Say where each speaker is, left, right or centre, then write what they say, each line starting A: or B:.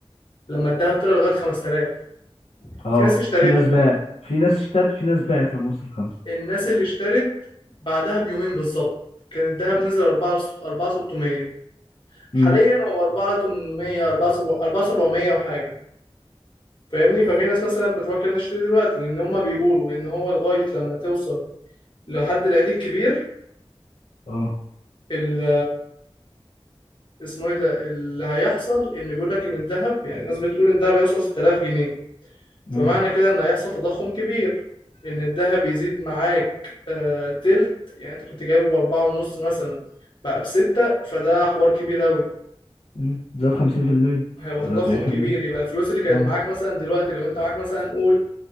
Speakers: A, on the left; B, on the left.
A: لما الذهب طلع لغاية 5000
B: اه
A: في ناس اشتريته
B: في ناس باعت في ناس اشترت وفي ناس باعت لما وصل خمسة
A: الناس اللي اشترت بعدها بيومين بالظبط كان الذهب نزل 4 4600 حاليا
B: امم
A: هو 4800 4700 وحاجه فاهمني ففي ناس مثلا بتفكر انها تشتري دلوقتي لان هم بيقولوا ان هو لغايه لما توصل لحد العيد الكبير
B: اه
A: ال- اسمه ايه ده اللي هيحصل ان بيقول لك ان الذهب يعني الناس بتقول ان الذهب هيوصل 6000 جنيه
B: امم
A: فمعنى كده ان هيحصل تضخم كبير ان الذهب يزيد معاك آه، تلت يعني انت كنت جايبه باربعة ونص مثلا بقى بستة فده حوار كبير اوي
B: امم زاد 50%
A: هيبقى
B: ولا
A: تضخم
B: 40%
A: كبير يبقى الفلوس اللي كانت
B: اه
A: معاك مثلا دلوقتي لو انت معاك مثلا قول